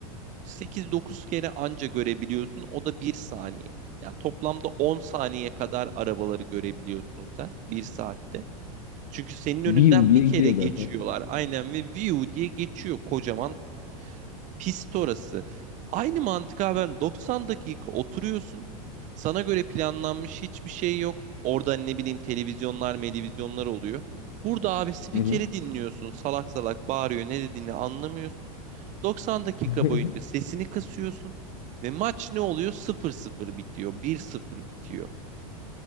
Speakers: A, on the right; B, on the left.
A: sekiz dokuz kere anca görebiliyorsun. O da bir saniye. Yani toplamda 10 saniye kadar arabaları görebiliyorsun sen bir saatte. Çünkü senin
B: <laughs>
A: önünden
B: View diye
A: bir kere
B: gidiyor
A: geçiyorlar
B: zaten.
A: aynen ve view diye geçiyor kocaman Pist orası. Aynı mantık abi ben 90 dakika oturuyorsun. Sana göre planlanmış hiçbir şey yok. Orada ne bileyim televizyonlar, televizyonlar oluyor. Burada abi spikeri
B: Hı hı.
A: dinliyorsun. Salak salak bağırıyor. Ne dediğini anlamıyorsun. 90 dakika
B: <laughs>
A: boyunca sesini kısıyorsun. Ve maç ne oluyor? 0-0 bitiyor. 1-0 bitiyor.